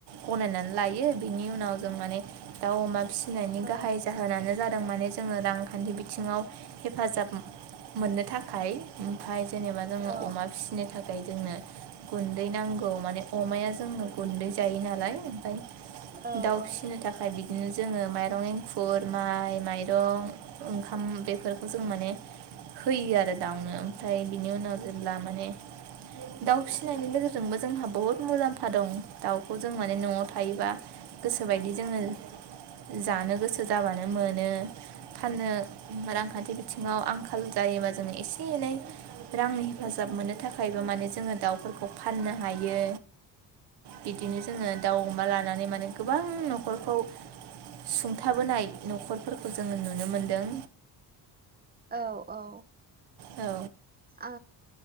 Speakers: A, on the right; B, on the right.
A: गनायनानै लायो बिनि उनाव जों माने दाउ अमा फिसिनायनि
B: औ
A: गाहाय जाहोनानो जादों माने जोंङो रांखान्थि बिथिङाव हेफाजाब मोननो थाखाय ओमफाय जेनेबा जोंङो
B: औ
A: अमा फिसिनो था खाय जोंनो गुन्दै नांगौ माने अमाया जोंनो गुन्दै जायो नालाय ओमफाय
B: औ
A: दाउ फिसिनो
B: औ
A: थाखाय बिदिनो जोंङो माइरं एंखुर माइ माइरं ओंखाम बेफोरखौ जों माने होयो आरो। दाउनो ओमफ्राय बिनि उनाव जेब्ला माने दाउ फिसिनायनि गेजेरजोंबो जोंहा बहुद मुलाम्फा दं। दाउखौ जों माने न'आव थायोबा गोसोबायदि जोंङो जानो गोसो जाबानो मोनो। फाननो रांखान्थि बिथिङाव आंखाल जायोबा जोंङो एसे एनै रांनि हेफाजाब मोननो थाखायबो माने जोंङो दाउफोरखौ फाननो हायो। बिदिनो जोंङो दाउ अमा लानानै माने गोबां न'खरखौ सुंथाबोनाय न'खरफोरखौ जोंङो नुनो मोनदों।
B: औ औ
A: औ
B: आ